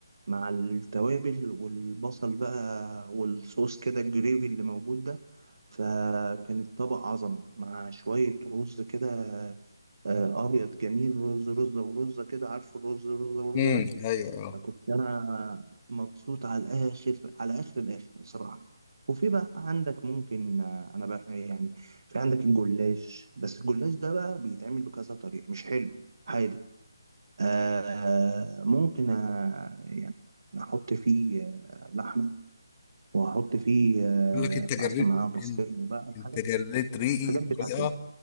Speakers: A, on the right; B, on the left.
A: مع التوابل والبصل بقى والصوص كده الجريفي اللي موجود ده فكان الطبق عظمه مع شويه رز كده آه، ابيض جميل رز رزه ورزه كده عارف الرز رزه ورزه
B: امم
A: ده
B: أيوه أه
A: فكنت انا مبسوط على الاخر على اخر الاخر بصراحه وفي بقى عندك ممكن آه، انا بقى يعني في عندك الجلاش بس الجلاش ده بقى بيتعمل بكذا طريقه مش حلو حادق آه ممكن آه يعني احط فيه آه لحمه واحط فيه آه
B: يقول لك أنت جريت
A: مثلا معاها بسطرمه
B: أنت
A: بقى
B: أنت
A: الحاجات
B: جريت ريقي
A: الحاجات
B: بطريقة
A: بتاعت ال-